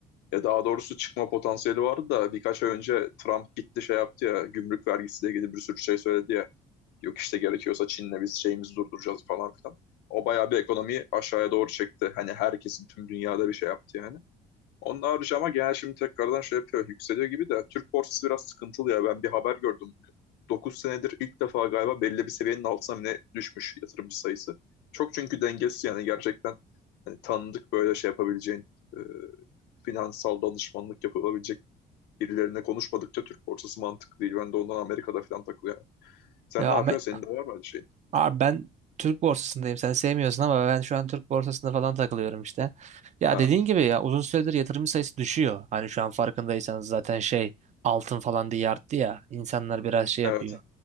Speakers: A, on the left (about 80°); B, on the right (about 45°).
A: Ya daha doğrusu çıkma potansiyeli vardı da birkaç ay önce Trump gitti şey yaptı ya gümrük vergisiyle ilgili bir sürü şey söyledi ya. Yok işte gerekiyorsa Çin'le biz şeyimizi durduracağız falan filan. O bayağı bir ekonomiyi aşağıya doğru çekti. Hani herkesin tüm dünyada bir şey yaptı yani. Onun harici ama genel şimdi tekrardan şey yapıyor. Yükseliyor gibi de Türk borsası biraz sıkıntılı ya. Ben bir haber gördüm bugün. dokuz senedir ilk defa galiba belli bir seviyenin altına mı ne düşmüş yatırımcı sayısı. Çok çünkü dengesiz yani gerçekten hani tanıdık böyle şey yapabileceğin e, finansal danışmanlık yapılabilecek birilerine konuşmadıkça Türk borsası mantıklı değil. Ben de ondan Amerika'da falan takılıyorum. Sen
B: Ya
A: ne yapıyorsun?
B: Amer
A: Senin de var mı öyle şeyin?
B: abi ben Türk borsasındayım. Sen sevmiyorsun ama ben şu an Türk borsasında falan takılıyorum işte. Ya
A: Ha,
B: dediğin gibi ya uzun süredir yatırım sayısı düşüyor. Hani şu an farkındaysanız zaten şey altın falan diye arttı ya. İnsanlar biraz şey yapıyor.
A: evet.